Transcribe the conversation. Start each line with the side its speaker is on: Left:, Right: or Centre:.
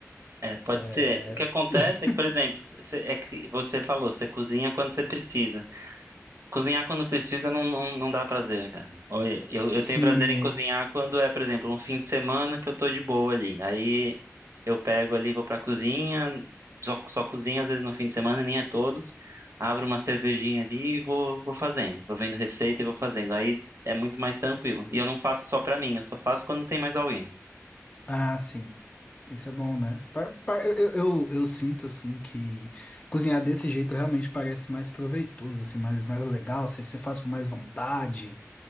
Right: É, pode
Left: É...
Right: ser. O que acontece
Left: <laughs>
Right: é que, por exemplo, cê- é que você falou, você cozinha quando você precisa. Cozinhar quando precisa não, não, não dá prazer, cara. Ou e- Eu, eu
Left: Sim.
Right: tenho prazer em cozinhar quando é, por exemplo, um fim de semana que eu tô de boa ali. Aí eu pego ali, vou pra cozinha, só, só cozinho às vezes no fim de semana, nem é todos. Abro uma cervejinha ali e vou, vou fazendo. Vou vendo receita e vou fazendo. Aí é muito mais tranquilo. E eu não faço só pra mim, eu só faço quando tem mais alguém.
Left: Ah, sim. Isso é bom, né? Pa- pa- Eu, eu, eu sinto, assim, que cozinhar desse jeito realmente parece mais proveitoso, assim, mais, mais legal. Você, você faz com mais vontade.